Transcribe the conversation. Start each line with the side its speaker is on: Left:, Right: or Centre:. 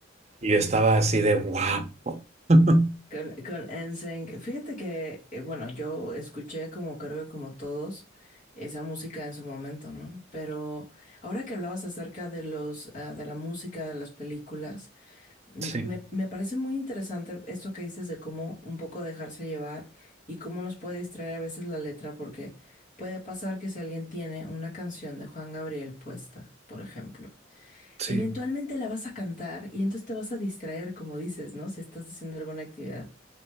Right: Y yo estaba así de wow. <laughs>
Left: Con, con NSYNC, fíjate que, eh, bueno, yo escuché como creo que como todos esa música en su momento, ¿no? Pero ahora que hablabas acerca de los, ah, de la música, de las películas, mm,
Right: Sí,
Left: me, me parece muy interesante esto que dices de cómo un poco dejarse llevar y cómo nos puede distraer a veces la letra, porque puede pasar que si alguien tiene una canción de Juan Gabriel puesta, por ejemplo,
Right: sí,
Left: eventualmente la vas a cantar y entonces te vas a distraer, como dices, ¿no? Si estás haciendo alguna actividad.